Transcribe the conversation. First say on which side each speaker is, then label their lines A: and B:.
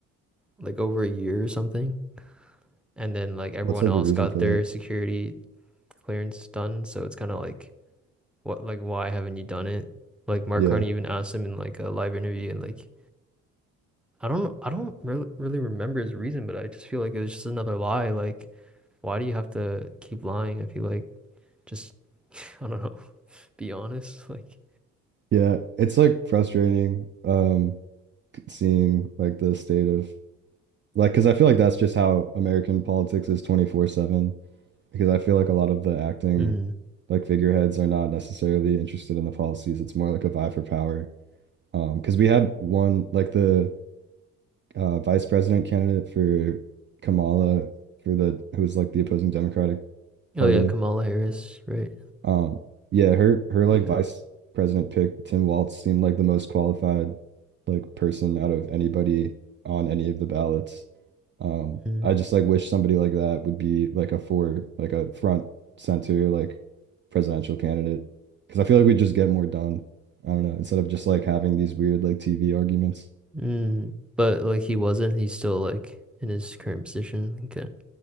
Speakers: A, in the centre; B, on the right.
A: like over a year or something. And then like everyone
B: What's like
A: else
B: the reason
A: got
B: for
A: their
B: that?
A: security clearance done. So it's kind of like what like why haven't you done it? Like Mark
B: Yeah.
A: Carney even asked him in like a live interview and like. I don't know. I don't re really remember his reason, but I just feel like it was just another lie. Like, why do you have to keep lying if you like just, <laughs> I don't know, <laughs> be honest? Like,
B: Yeah, it's like frustrating um seeing like the state of Like, because I feel like that's just how American politics is 24/7. Because I feel like a lot of the acting,
A: mm.
B: like figureheads, are not necessarily interested in the policies. It's more like a vie for power. Um, because we had one, like the uh, vice president candidate for Kamala for the who was like the opposing Democratic Party
A: Oh yeah, Kamala Harris, right?
B: um, yeah, her her like
A: Yeah.
B: vice president pick, Tim Walz, seemed like the most qualified like person out of anybody on any of the ballots. Um,
A: Mm.
B: I just like wish somebody like that would be like a for like a front center like presidential candidate because I feel like we just get more done. I don't know, instead of just like having these weird like TV arguments.
A: Mm. But like he wasn't. He's still like in his current position. Like, uh,